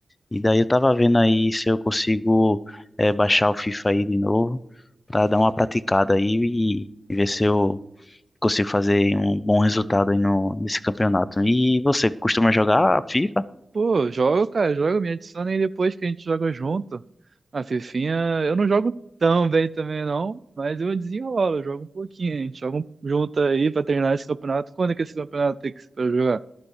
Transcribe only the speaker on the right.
Pô, jogo, cara, joga, me adiciona aí depois que a gente joga junto. A Fifinha, eu não jogo tão bem também não, mas eu desenrolo, eu jogo um pouquinho. A gente joga um- junto aí pra treinar esse campeonato. Quando é que esse campeonato tem que ser pra jogar?